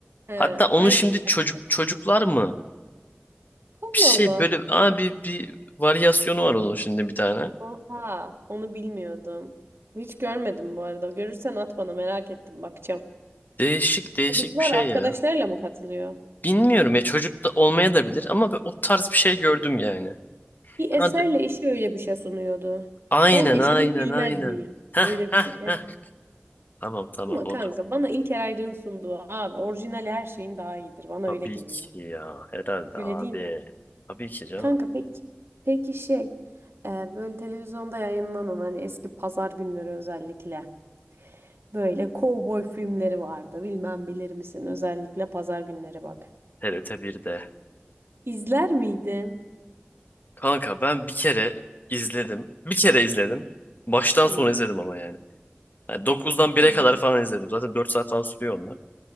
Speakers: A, on the right; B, on the left.
A: He,
B: Hatta onun
A: aynen
B: şimdi
A: ben.
B: çocuk çocuklar mı?
A: Allah
B: Bir şey
A: Allah.
B: böyle abi bir varyasyonu var onun şimdi bir tane.
A: Oha, onu bilmiyordum. Hiç görmedim bu arada. Görürsen at bana merak ettim bakacağım.
B: Değişik değişik
A: Çocuklar
B: bir şey
A: arkadaşlarıyla
B: ya.
A: mı katılıyor?
B: Bilmiyorum ya çocuk da olmaya da bilir ama ben o tarz bir şey gördüm yani.
A: Bir
B: Hadi.
A: eserle eşi öyle bir şey sunuyordu.
B: Aynen
A: Ben eşimi
B: aynen
A: bilmez
B: aynen.
A: miyim?
B: Heh,
A: Öyle
B: heh,
A: bir şey. Ben...
B: heh. Tamam tamam
A: Ama
B: odur.
A: kanka bana İlker Ayrık'ın sunduğu abi orijinal her şeyin daha iyidir. Bana
B: Tabii
A: öyle geliyor.
B: ki ya herhalde
A: Öyle
B: abi.
A: değil mi?
B: Tabii ki canım.
A: Kanka peki peki şey e, böyle televizyonda yayınlanan hani eski pazar günleri özellikle böyle kovboy filmleri vardı. Bilmem bilir misin özellikle pazar günleri bak.
B: TRT 1'de.
A: İzler miydin?
B: Kanka ben bir kere izledim. Bir kere izledim.
A: Hı,
B: Baştan
A: Tamam.
B: sona izledim ama yani. Yani 9'dan 1'e
A: Evet.
B: kadar falan izledim. Zaten 4 saat falan sürüyor onlar.